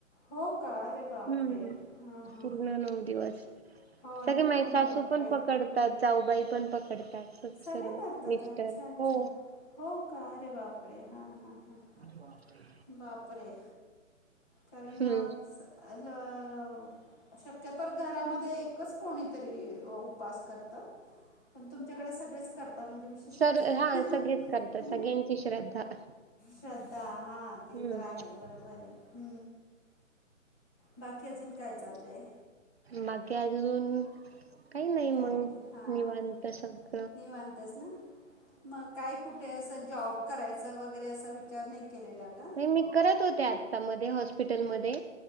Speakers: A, on the left; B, on the right.
A: हो का? अरे बापरे
B: हम्म.
A: हां हां
B: पूर्ण
A: हां
B: नऊ दिवस.
A: हो
B: सगळे
A: ना
B: माझी
A: अरे
B: सासू
A: बापरे
B: पण पकड तात, जाऊबाई पण पकडतात,
A: सगळे
B: सर्व.
A: करतात
B: मिस्टर.
A: अच्छा अच्छा
B: हो.
A: हो, का? अरे बापरे! हां, हां, हां, हां.
B: बापरे!
A: बापरे! कारण
B: हम्म
A: स <unintelligible> शक्यतोर घरामध्ये एकच कोणीतरी उपास करत. पण तुमच्याकडे सगळेगच करता, म्हणजे वी विशेषच
B: सर
A: आहे!
B: हां सगळेच करतात
A: हे ना?
B: सगळ्यांची श्रद्धा
A: श्रद्धा हा, ते
B: हम्म
A: तर आहे. बरोबर आहे. बाकी अजून काय चाललय?
B: बाकी अजून काही नाही मंग,
A: काय हां
B: निवांत सग
A: निवांतच ना? मग काय कुठ ते असं जॉब करायचं वगैरे, असा विचार नाही केलेला का?
B: नाही मी करत होते, आता मध्ये हॉस्पिटलमध्ये